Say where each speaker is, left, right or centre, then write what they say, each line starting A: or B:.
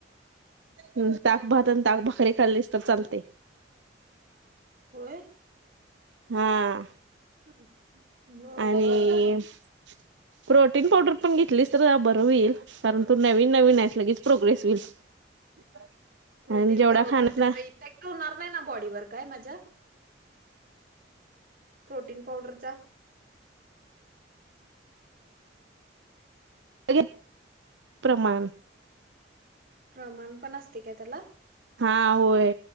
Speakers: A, on the right; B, on the right.
A: हुं
B: हा
A: ताक
B: हा
A: भात आणि
B: हा
A: ताक भाकरी खाल्लीस तर चालतंय.
B: होय.
A: हा.
B: <unintelligible> बर
A: आणि
B: बर.
A: <inaudible> प्रोटीन पावडर पण घेतलीस तर बरं होईल कारण तू नवीन नवीन हाईस लगेच प्रोग्रेस होईल. <unintelligible>
B: प्रोटीन
A: आणि जेवढा
B: पाव
A: खाण्यात
B: पण त्याचा
A: ना
B: इफेक्ट होणार नाही ना बॉडीवर काय माझ्या. प्रोटीन पावडरचा.
A: <unintelligible> प्रमाण.
B: प्रमाण पण असतय काय त्याला?
A: हा होय